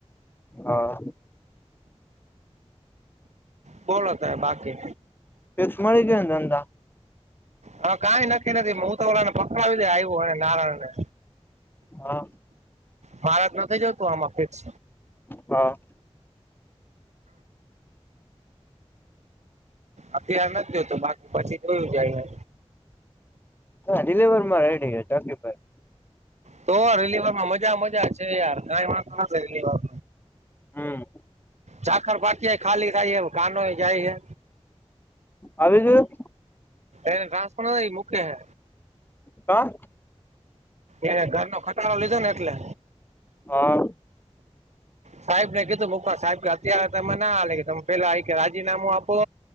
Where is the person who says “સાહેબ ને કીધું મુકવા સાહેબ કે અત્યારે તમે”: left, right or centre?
Right